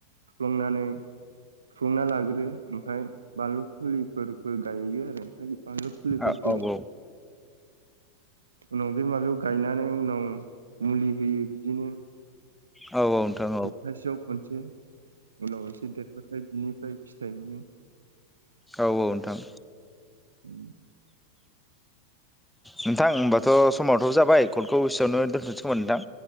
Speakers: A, on the right; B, in the centre.
A: सुफ्लंनानै फुना लाग्रो ओमफ्राय बानलु फुलिफोरबो गायो आरो ओमफ्राय बांलु फुलिफोरखौ
B: औ औ नोंथां औ
A: उनाव बे माबायाव गायनानै उनाव मुलि होयो बिदिनो
B: औ औ नोंथां
A: सप्तासेयाव खनसे उनाव एसे देरबाथाय बिनिफ्राय फिथाइ मोनो
B: औ औ नोंथां
A: उम।
B: नोंथां होमबाथ' समावथ' जाबाय कलखौ उसेयावनो दोनथ'सैयमोन नोंथां